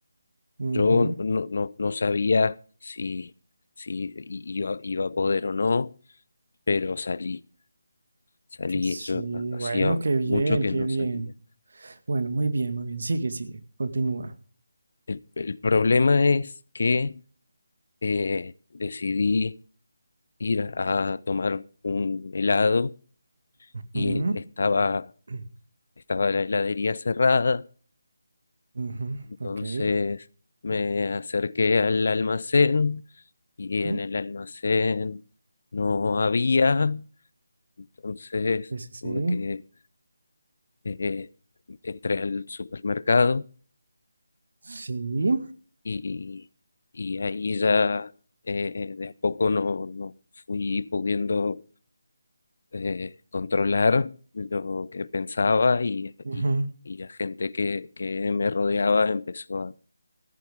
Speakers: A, on the right; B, on the left.
A: ujú,
B: Yo no, no, no sabía si, si iba, iba a poder o no, pero salí. Salí,
A: Sí,
B: yo hacía
A: bueno, qué bien,
B: mucho que
A: qué
B: no
A: bien.
B: salía.
A: Bueno, muy bien, muy bien. Sigue, sigue, continúa.
B: El, el problema es que eh, decidí ir a tomar un helado y
A: Ujú,
B: estaba,
A: <clears throat>
B: estaba la heladería cerrada,
A: ujú,
B: entonces
A: Ok.
B: me acerqué al almacén y en
A: ujú,
B: el almacén no había, entonces
A: Sí, sí, sí.
B: tuve que, eh, entré al supermercado
A: Sí.
B: y, y ahí ya eh, de a poco no, no fui pudiendo eh, controlar lo que pensaba y,
A: ujú,
B: y- y la gente que, que me rodeaba empezó